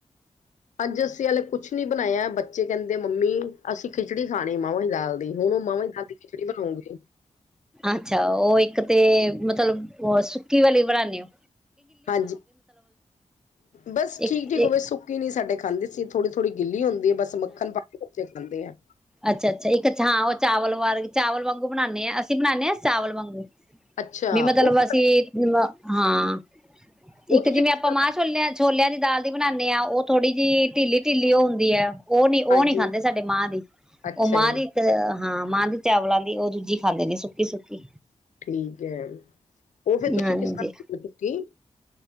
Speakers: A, on the left; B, in the centre.
A: ਅੱਜ ਅੱਸੀ ਵਾਲੇ ਕੁਛ ਕੁਛ ਨੀ ਬਣਾਇਆ ਬੱਚੇ ਕਹਿੰਦੇ ਮੰਮੀ ਅਸੀਂ ਖਿਚੜੀ ਖਾਣੀ ਮਾਵਾਂ ਦੀ ਦਾਲ ਦੀ ਹੁਣ ਉਹ ਮਾਵਾਂ ਦੀ ਦਾਲ ਦੀ ਖਿਚੜੀ ਬਣਾਉਂਗੀ
B: ਅੱਛਾ ਉਹ ਇੱਕ ਤੇ ਮਤਲਬ ਸੁੱਕੀ ਵਾਲੀ ਬਣਾਦੇ ਹੋ
A: ਹਾਂਜੀ ਬਸ ਠੀਕ
B: ਇੱਕ-ਇੱਕ
A: ਠੀਕ ਹੋਵੇ ਸੁੱਕੀ ਨਹੀਂੀ ਸਾਡੇ ਖਾਂਦੇ ਸੀ ਥੋੜ੍ਹੀ ਥੋੜ੍ਹੀ ਗਿੱਲੀ ਹੁੰਦੀ ਹੈ ਬਸ ਮੱਖਣ ਪਾ ਕੇ ਬੱਚੇ ਖਾਂਦੇ ਆ
B: ਅੱਛਾ ਅੱਛਾ ਇੱਕ ਚ ਹਾਂ ਚਾਵਲ ਵਾਰ ਚਾਵਲ ਵਾਂਗੂ ਬਣਾਉਨਦੇ ਹਾਂ ਅਸੀਂ ਬਣਾਂਦੇ ਹਾਂ ਚਾਵਲ ਵਾਂਗੂ
A: ਅੱਛਾ
B: ਵੀ
A: ਉਹ
B: ਮਤਲਬ ਅਸੀਂ ਹਾਂ
A: ਉਹ
B: ਇੱਕ
A: ਤੁਸੀਂ
B: ਜਿਵੇਂ
A: ਕਿਸ
B: ਆਪਾਂ
A: ਤਰ੍ਹਾਂ
B: ਮਾਂ ਛੋਲਿਆਂ ਛੋਲਿਆਂ ਦੀ ਦਾਲ ਬਣਾਉਂਦੇ ਹਾਂ ਉਹ ਥੋੜੀ ਜਿਹੀ ਢਿੱਲੀ ਢਿੱਲੀ ਉਹ ਹੁੰਦੀ ਹੈ ਉਹ ਨੀ ਉਹ
A: ਹਾਂਜੀ
B: ਨੀ ਖਾਂਦੇ ਸਾਡੇ ਮਾਂ ਦੀ
A: ਅੱਛਾ
B: ਉਹ ਮਾਂ
A: ਜੀ
B: ਦੀ ਤੇ ਹਾਂ ਮਾਂ ਦੀ ਚਾਵਲਾਂ ਦੀ ਉਹ ਦੂਜੀ ਖਾਂਦੇ ਨੇ ਸੁੱਕੀ ਸੁੱਕੀ
A: ਠੀਕ ਹੈ ਉਹ ਫਿਰ ਤੁਸੀਂ
B: ਹਾਂਜੀ
A: ਕਿਸ ਤਰ੍ਹਾਂ ਹੋ ਚੁੱਕੀ